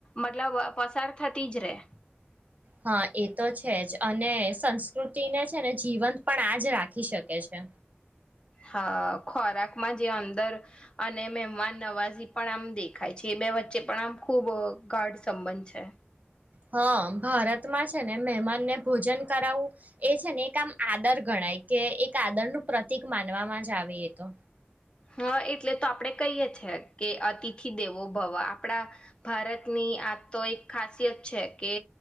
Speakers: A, on the left; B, on the right.
A: મતલબ પસાર થતી જ રે.
B: હા એ તો છે જ અને સંસ્કૃતિને છે ને જીવંત પણ આજ રાખી શકે છે.
A: હા ખોરાકમાં જે અંદર અને મહેમાન નવાઝી પણ આમ દેખાય છે એ બે વચ્ચે પણ આમ ખૂબ ગાઢ સંબંધ છે.
B: હ ભારતમાં છે ને મહેમાનને ભોજન કરાવું એ છે ને એક આમ આદર ગણાય કે એક આદર નું પ્રતિક માનવામાં જ આવે એ તો.
A: હા એટલે તો આપડે કહીએ છે કે અતિથિ દેવો ભવ આપડા ભારતની આ તો એક ખાસિયત છે કે